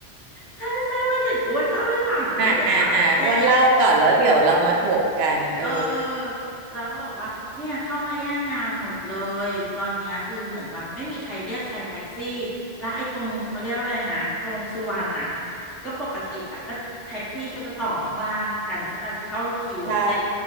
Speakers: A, in the centre; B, on the right.
A: ใช่ใช่ว่าเดี๋ยวอ้วนเล่าให้ฟังเดี๋ยวอ้วนจะถามเจ้
B: ๆอ่ะอ่ะอ่ะอ้วนเล่าก่อนแล้วเดี๋ยวเรามาถกกันเออ
A: เออเราก็บอกว่าเนี่ยเข้ามาแย่งงานหมดเลยตอนเนี้ยคือเหมือนแบบไม่มีใครเรียกใช้แท็กซี่และไอ้ตรงเขาเรียกอะไรนะตรงสุวรรณอ่ะก็ปกติอ่ะก็แท็กซี่เขาจะต่อข้างล่างกันใช่ปะที่เข้าคิวอ่ะเจ้
B: ใช่